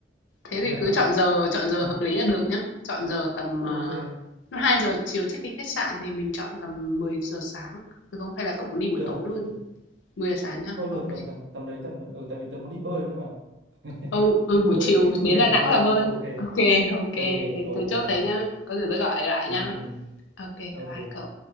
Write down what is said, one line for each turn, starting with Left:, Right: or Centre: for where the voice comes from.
Right: đơn
Left: Thế thì
Right: giản
Left: cứ
Right: lắm
Left: chọn giờ chọn
Right: ừ.
Left: giờ hợp lý là được nhá. Chọn giờ tầm,
Right: ok
Left: à, lúc 2:00 chiều check-in khách sạn thì mình chọn tầm mười giờ sáng, được không? Hay là cậu muốn đi buổi
Right: được
Left: tối luôn?
Right: được
Left: mười giờ sáng nhá.
Right: thôi
Left: ok
Right: được
Left: kê.
Right: được tầm tầm đấy tầm đấy. ừ, tại vì tớ muốn đi bơi nữa mà <laughs>
Left: Ừ, ừ,
Right: nên
Left: buổi
Right: cởi
Left: chiều
Right: ít
Left: đến
Right: ngày
Left: Đà
Right: được
Left: Nẵng
Right: bơi
Left: là bơi.
Right: ok
Left: ok ok ô kê.
Right: ok
Left: Thế
Right: ok
Left: thế chốt
Right: ok
Left: thế nhá. Có gì tôi gọi lại
Right: ừ,
Left: nhá.
Right: ừ.
Left: ok bye
Right: ok
Left: bye cậu.